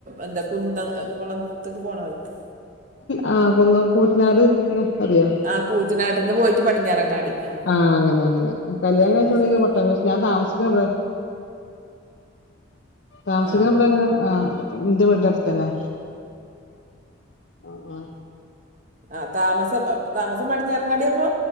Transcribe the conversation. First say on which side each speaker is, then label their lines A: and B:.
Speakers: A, on the right; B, on the left.
A: എന്താ കുന്ന കുളത്ത്ക്ക് പോണ വയിക്ക്
B: ആഹ കുന്ന കൂറ്റനാട് അറിയോ
A: ആഹ് കൂറ്റനാട്ട്ന്ന് പോയിട്ട് പടിഞ്ഞാറങ്ങാടി ആഹ്
B: ആ അങ്ങനെ അങ്ങനെ കല്യാണം
A: ആഹ്
B: കാഴ്ച്ച് കൊണ്ടെയ്ക്ക്ണ്
A: ശരി
B: കോട്ടം പക്ഷേ ഞാൻ താമസിക്കണ ഇബടെ താമസിക്കണേ
A: ആഹ്
B: ഇബടെങ്ങനെ എന്റെ വീടിന്റെട്ത്തന്നെ ആ ആഹ
A: ആ താമസം താമസം പടിഞ്ഞിറങ്ങാടിയപ്പോ